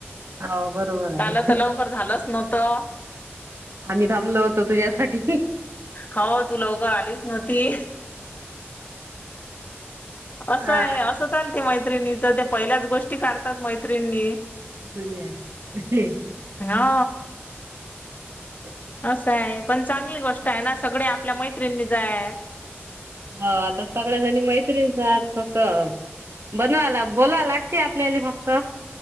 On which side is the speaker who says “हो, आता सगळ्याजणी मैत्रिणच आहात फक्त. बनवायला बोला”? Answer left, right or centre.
Right